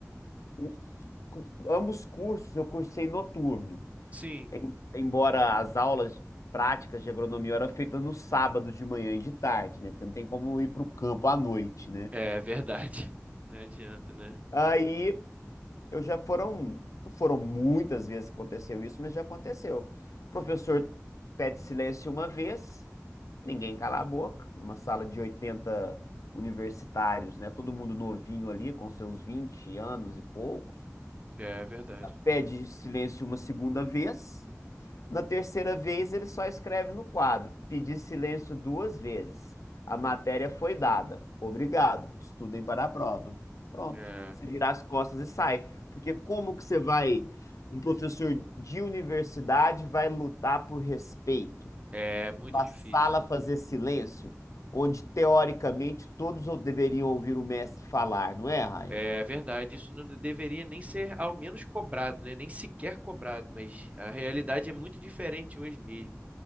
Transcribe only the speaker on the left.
O- cu- ambos cursos eu cursei noturno.
embora as aulas práticas de agronomia eram feitas no sábado de manhã e de tarde, né? Porque não tem como ir para o campo à noite, né?
Aí eu já foram, não foram muitas vezes que aconteceu isso, mas já aconteceu. O professor pede silêncio uma vez, ninguém cala a boca, numa sala de 80 universitários, né? Todo mundo novinho ali, com seus 20 anos e poucos.
Pede silêncio uma segunda vez, Na terceira vez, ele só escreve no quadro: Pedi silêncio duas vezes. A matéria foi dada. Obrigado. Estudem para a prova. Pronto.
Você vira as costas e sai. Porque como que você vai, um professor de universidade vai lutar por respeito,
para
a sala fazer silêncio, onde teoricamente todos deveriam ouvir o mestre falar, não é, Raia?